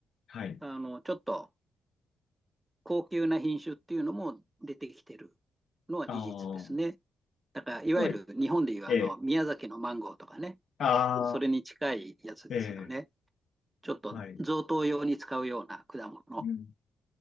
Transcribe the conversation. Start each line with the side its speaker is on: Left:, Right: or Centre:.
Left: はい。
Right: あの、ちょっと高級な品種っていうのも出てきてるのは事実ですね。
Left: ああ、
Right: だから、いわゆる日本でいうあの、
Left: はい。ええ、
Right: 宮崎のマンゴーとかね、
Left: ああ、
Right: それに近いやつですよね。
Left: ええ、
Right: ちょっと贈答用に使うような果物、
Left: はい。うん